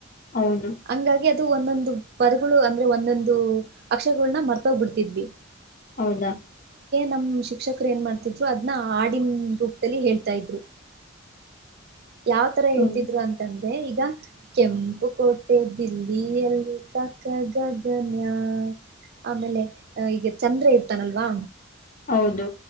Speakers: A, on the left; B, on the right.
A: ಹೌದು
B: ಹಂಗಾಗಿ ಒಂದೊಂದು ಪದಗಳು ಅಂದ್ರೆ ಒಂದೊಂದು ಅಕ್ಷಗಳನ್ನ ಮರ್ತೋಗ್ಬ ಬಿಡ್ತಿದ್ವಿ
A: ಹೌದ
B: ನಮ್ಮ್ ಶಿಕ್ಷಕರು ಏನ್ ಮಾಡ್ತಿದ್ರು ಅದನ್ನ ಹಾಡಿನ ರೂಪದಲ್ಲಿ ಹೇಳ್ತಾ ಇದ್ರು ಯಾವ್ ತರ
A: ಹ್ಮ್
B: ಹೇಳ್ತಿದ್ರು ಅಂತಂದ್ರೆ ಈಗ ಈಗ ಕೆಂಪು ಕೋಟೆ ದಿಲ್ಲಿಯಲ್ಲಿ ಕ ಖ ಗ ಘ ನ್ಯ ಆಮೇಲೆ ಈಗ ಚಂದ್ರ ಇರ್ತಾನಲ್ವಾ
A: ಹೌದು